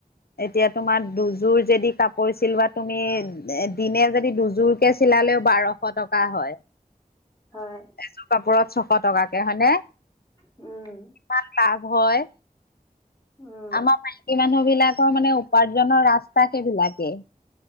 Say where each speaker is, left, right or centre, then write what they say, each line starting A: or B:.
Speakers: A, on the left (about 85°); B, on the left (about 25°).
A: এতিয়া তোমাৰ দুযোৰ যদি কাপোৰ চিলোৱা তুমি এ দিনে যদি দুযোৰ কে চিলালেও বাৰ শ টকা হয়।
B: হয়।
A: এযোৰ কাপোৰত ছশ টকাকে হয়নে?
B: উম।
A: ইমান লাভ হয়,
B: উম
A: আমাৰ বাইকী মানুহ বিলাক তাৰ মানে উপাৰ্জনৰ ৰাস্তা সেইবিলাকে।